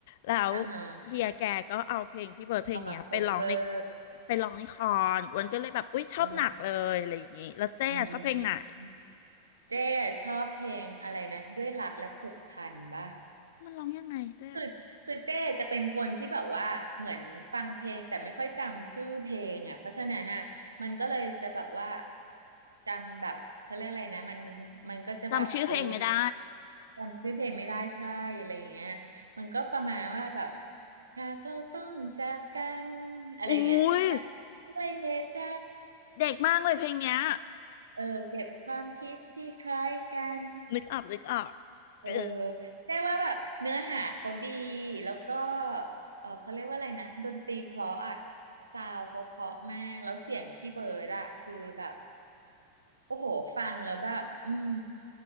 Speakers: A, on the left; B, on the right.
A: แล้ว
B: อ่าฮะ
A: เฮียแกก็เอาเพลงพี่เบิร์ดเพลงเนี้ยไปร้องใน
B: เอามา cover
A: ไปร้องในคอนอ้วนก็เลยแบบอุ้ยชอบหนักเลยอะไรอย่างงี้แล้วเจ๊อะชอบเพลงไหน
B: อ่าฮะอืมเจ๊ชอบเพลงอะไรนะด้วยรักและผูกพันป่ะ
A: มันร้องยังไงเจ๊
B: คือคือเจ้จะเป็นคนที่แบบว่าเหมือนฟังเพลงแต่ไม่ค่อยจำชื่อเพลงอ่ะเพราะฉะนั้นอ่ะมันก็เลยจะแบบว่าจำแบบเขาเรียกอะไรนะมันมันก็จะแบบเออ
A: จำชื่อเพลงไม่ได้
B: จำชื่อเพลงไม่ได้ใช่อะไรอย่างเงี้ยมันก็ประมาณว่าแบบหากเราต้องจากกันอะไรอย่างเงี้ยจะ
A: อุ้ย
B: ด้วยเหตุใด
A: เด็กมากเลยเพลงเนี้ย
B: เออเก็บความคิดที่คล้ายกัน
A: นึกออกนึกออก
B: เออ
A: เออ
B: ได้ว่าแบบเนื้อหาเขาดีแล้วก็เออเขาเรียกว่าอะไรนะดนตรีเพราะอ่ะซาวเขาเพราะมากแล้วเสียงพี่เบิร์ดอ่ะคือแบบโอ้โหฟังแล้วแบบอืม